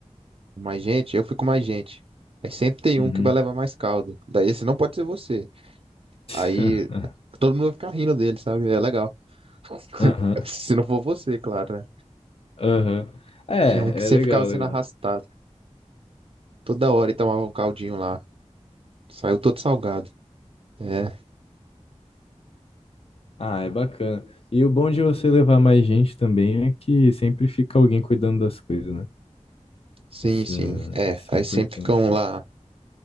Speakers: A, on the right; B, on the left.
A: com mais gente, eu fico com mais gente. Aí sempre tem
B: Uhum.
A: um que vai levar mais caldo. Daí esse não pode ser você.
B: <laughs>
A: Aí todo mundo vai ficar rindo dele, sabe? É legal.
B: Aham,
A: <laughs> Se não for você, claro, né?
B: aham. É,
A: Tinha um que sempre
B: é legal,
A: ficava sendo
B: legal.
A: arrastado. Toda hora e tomava um caldinho lá. Saiu todo salgado. É,
B: Ah, é bacana. E o bom de você levar mais gente também é que sempre fica alguém cuidando das coisas, né?
A: sim,
B: Isso,
A: sim.
B: é,
A: É,
B: isso
A: aí
B: é importante.
A: sempre ficam
B: né?
A: lá